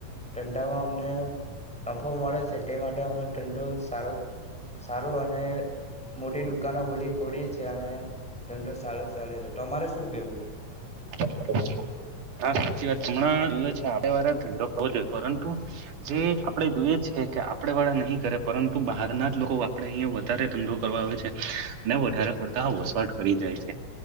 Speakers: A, in the centre; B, on the right.
A: ધંધામાં અમને. નફો મળે છે તે માટે અમે ધંધો સારો સારો અને. મોટી દુકાનો બધી ખોડીએજ છે અને. ધંધો સારો ચાલી રહ્યો તમારે શું કેવું.
B: હ <unintelligible> હા સાચી વાત છે હમણાં જોવે છે આપડે વારે ધંધો હોવો જોઈએ પરંતુ જે આપડે જોઈએ. છે કે આપડે વાળા નહીં કરે પરંતુ બહાર ના જ લોકો આપડે અહીયા વધારે ધંધો. કરવા આવે છે અને વધારે પડતા વસવાટ કરી જાય છે.